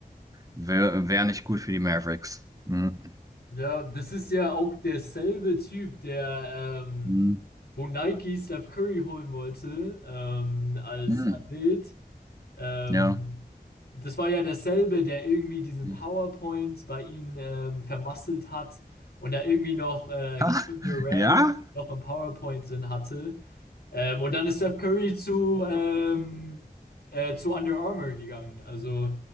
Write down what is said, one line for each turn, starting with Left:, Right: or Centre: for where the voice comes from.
Right: wäre wär wär nicht gut für die Mavericks. Mhm.
Left: Ja, das ist ja auch derselbe Typ, der, ähm,
Right: Mhm.
Left: wo Nike Steph Curry holen wollte, ähm, als
Right: Mhm.
Left: Athlet. Ähm,
Right: Ja.
Left: das war ja derselbe, der irgendwie diesen
Right: <laughs>
Left: PowerPoint bei ihnen ähm, vermasselt hat und da irgendwie noch äh,
Right: Ha,
Left: Kevin Durant
Right: ja?
Left: noch im PowerPoint drin hatte. Ähm, und dann ist Steph Curry zu, ähm, äh, zu Under Armour gegangen. Also,